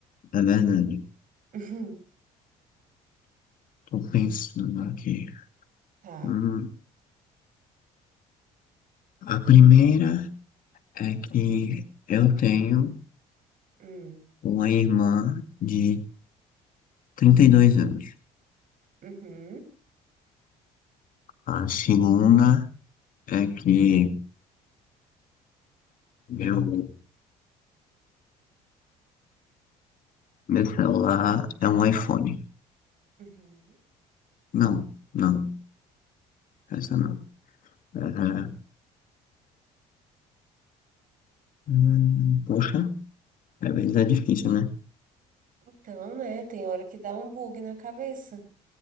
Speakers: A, on the left; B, on the right.
A: verdade.
B: Uhum.
A: Tô pensando aqui.
B: Tá.
A: Hum, a primeira é que eu tenho
B: Hum.
A: uma irmã de 32 anos.
B: Uhum.
A: A segunda É que meu, meu celular é um iPhone.
B: Uhum.
A: Não, não, essa não. É, hum, poxa, às vezes é difícil, né?
B: Então, né, tem hora que dá um bug na cabeça.